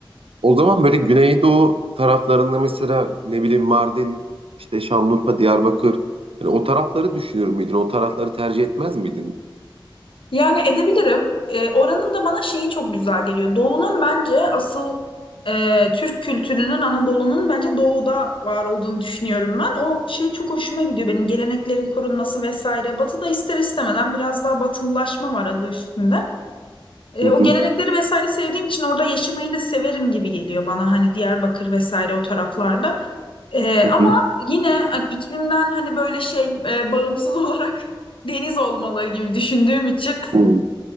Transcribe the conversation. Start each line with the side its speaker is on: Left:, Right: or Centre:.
Right: O zaman böyle Güneydoğu taraflarında mesela ne bileyim Mardin, işte Şanlıurfa, Diyarbakır. Hani o tarafları düşünür müydün? O tarafları tercih etmez miydin?
Left: Yani edebilirim. E, oranın da bana şeyi çok güzel geliyor. Doğu'nun bence asıl e, Türk kültürünün, Anadolu'nun bence Doğu'da var olduğunu düşünüyorum ben. O şey çok hoşuma gidiyor benim geleneklerin korunması vesaire. Batı'da ister istemeden biraz daha batılılaşma var adı üstünde. E,
Right: Hı hı.
Left: o gelenekleri vesaire sevdiğim için orada yaşamayı da severim gibi geliyor bana hani Diyarbakır vesaire o taraflarda. E,
Right: Hı
Left: ama
Right: hı.
Left: yine hani, iklimden hani böyle şey e, bağımsız olarak <laughs> deniz olmalı gibi düşündüğüm için.
Right: Hı.